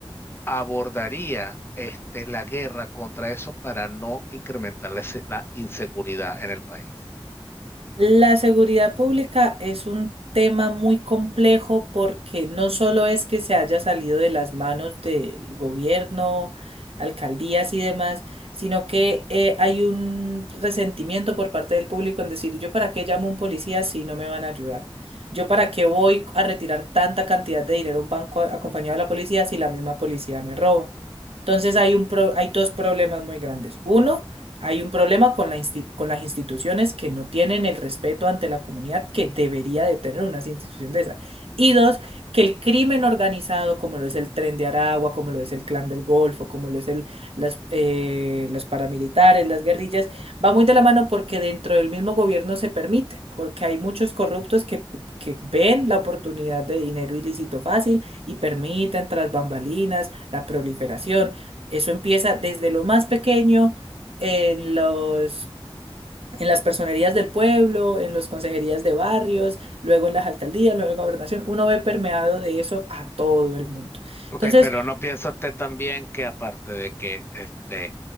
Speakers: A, on the left; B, on the right.
A: abordaría este, la guerra contra eso para no incrementar la, se- la inseguridad en el país?
B: La seguridad pública es un tema muy complejo porque no solo es que se haya salido de las manos del gobierno, alcaldías y demás, sino que eh, hay un resentimiento por parte del público en decir, ¿yo para qué llamo a un policía si no me van a ayudar? ¿Yo para qué voy a retirar tanta cantidad de dinero a un banco acompañado de la policía si la misma policía me roba? Entonces hay un pro- hay dos problemas muy grandes. Uno, hay un problema con la insti- con las instituciones que no tienen el respeto ante la comunidad que debería de tener una institución de esa. Y dos, que el crimen organizado, como lo es el Tren de Aragua, como lo es el Clan del Golfo, como lo es el, las, eh, las paramilitares, las guerrillas, va muy de la mano porque dentro del mismo gobierno se permite, porque hay muchos corruptos que, que ven la oportunidad de dinero ilícito fácil y permiten tras bambalinas la proliferación. Eso empieza desde lo más pequeño, en los, en las personerías del pueblo, en las consejerías de barrios, luego en las alcaldías, luego en la gobernación. Uno ve permeado de eso a todo el mundo.
A: Ok,
B: Entonces,
A: pero no piensa usted también que aparte de que este,